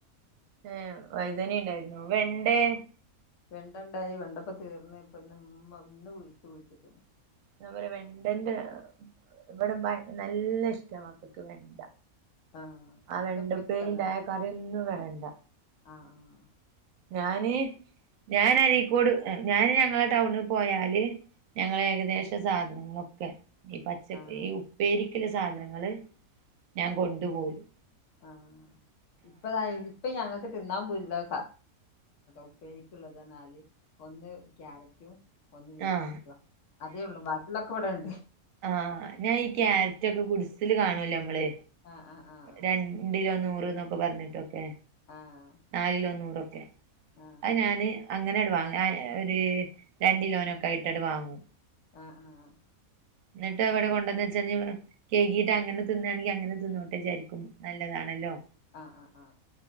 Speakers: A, on the right; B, on the left.
A: ഏ വൈതാന ഉണ്ടായിുന്ന വെണ്ടേ
B: വെണ്ടണ്ടായി വെണ്ടപ്പ തീർന്ന് ഇപ്പ ഇ ഉമ്മ ഇന്ന് കുിച്ചിട്ടന്ന്
A: ഞാൻ പറയാ വെണ്ടന്റെ ഇവിടെ നല്ല ഇഷ്ട മക്കൾക്ക് വെണ്ട
B: ആഹ്
A: ആ
B: വെണ്ടപ്പേരി
A: വണ്ട പേര്ണ്ടായ
B: സല്ലഡ്
A: കറിയൊന്നും വേണ്ട
B: ആഹ് ആഹ്
A: ഞാന് ഞൻ അരക്കോട് ഞാന് ഞങ്ങളെ ടൗണിൽ പോയാല് ഞങ്ങള ഏകദേശ സാധനങ്ങളൊക്കെ ഈ പച്ചഈ
B: ആഹ്
A: ഉപ്പേരി സാധനങ്ങള്ൾ ഞാൻ കൊണ്ടപോരും
B: ആഹ ഇപ്പതാ ഇപ്പ ഞ അങ്ങക്ക് തിന്നാൻ പോയില്ല ഉപ്പേരിക്കുള്ളതിനാല് ഒന്ന് ക്യാരറ്റും ഒന്ന് വീട്ടക്ക
A: ആഹ്
B: അതേ ഉള്ളൂ ബാക്കിലൊക്കെ ഇവിടെണ്ട്
A: ആ ഞാൻ ഈ ക്യാരറ്റ് ഒക്കെ ഗുഡ്‌സിൽ കാണുവല്ലേ നമ്മള്
B: ആഹ് ആഹ് ആഹ്
A: രണ്ടിലൊന്ന് നൂറ്ന്നൊക്കെ പറഞ്ഞിട്ടൊക്കെ
B: ആഹ്
A: നാല്കിലോ നൂറൊക റ്റെ
B: ആഹ്
A: അത് ഞാന് അങ്ങനെട് വാങ്ങ ഒരു രണ്ട് കിലോനൊക്കെ ആയിട്ടവാങ്ങും
B: ആ ആ ആഹ്
A: എന്നിട്ട് അവിടെ കൊണ്ടന്ന് വെച്ച് കഴിക്കിട്ട് അങ്ങനെ തിന്നയാണെങ്കിൽ അങ്ങനെ തിന്നോട്ടെ വിചാരിക്കും നല്ലതാണല്ലോ.
B: ആ ആ ആ